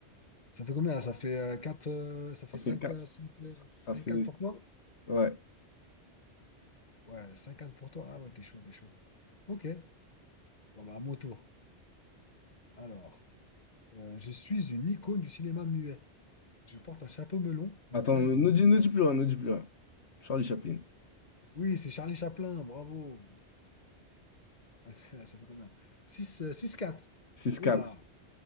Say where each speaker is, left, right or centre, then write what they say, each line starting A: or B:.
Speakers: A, on the left; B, on the left.
A: ça fait combien là? Ça fait euh, quatre, euh, ça fait
B: Ça
A: 5,
B: fait quatre.
A: euh,
B: Ça, ça
A: 5
B: fait.
A: 4 pour toi?
B: Ouais.
A: Ouais, 5 4 pour toi. Ah ouais, t'es chaud, t'es chaud. Ok, bon bah à mon tour. Alors, euh, je suis une icône du cinéma muet. Je porte un chapeau melon, une
B: Attends,
A: canne
B: ne
A: et une...
B: dis, ne dis plus rien, ne dis plus rien. Charlie Chaplin.
A: Oui, c'est Charlie Chaplin, bravo. <laughs> Ça fait combien? 6, euh, 6 4.
B: Six
A: Oh
B: quatre.
A: là,